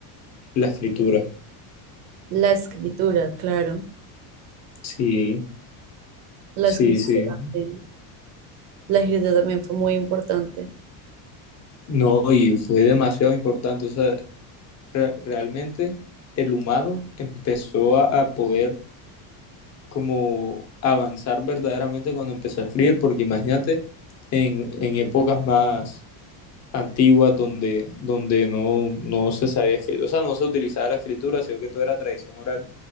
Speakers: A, on the left; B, on the right.
A: la escritura.
B: La escritura, claro.
A: Sí,
B: La
A: sí,
B: escritura
A: sí.
B: también. La escritura también fue muy importante.
A: No, y fue demasiado importante, o sea, re- realmente el humano empezó a a poder como avanzar verdaderamente cuando empezó a escribir, porque imagínate en, en épocas más antiguas donde, donde no, no se sabía escribir, o sea, no se utilizaba la escritura, sino que todo era tradición oral.